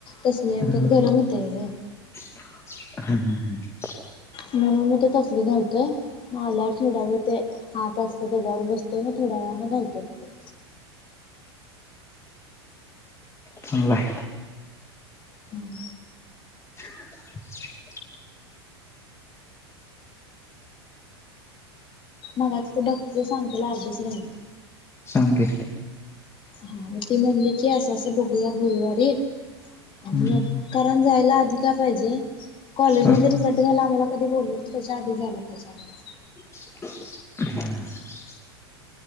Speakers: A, on the left; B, on the left.
A: तसले आणत्यात
B: हम्म
A: गरम होतंय वय.
B: <inaudible>
A: म्हणून मंग ते तसले घालतोय मंग आल्यावर थोडा वेळ ते हात अस त्याच्यावर बसतोय मग थड्या वेळाने घालतोय कपडे.
B: चांगलय.
A: हम्म
B: <inaudible>
A: मगाशी ते डॉक्टरच सांगतेला अर्धच राहिल.
B: सांग की
A: हा मग ती म्हणली की असं असं बघूया गुरुवारी
B: हम्म
A: आणि कारण जायला आधी काय पाहिजे कॉलेजमध्ये
B: हा,
A: रिझल्ट घ्याला आम्हाला कधी बोलवते त्याच्या आधी जायला पाहिजे आम्हाला
B: <inaudible> <inaudible>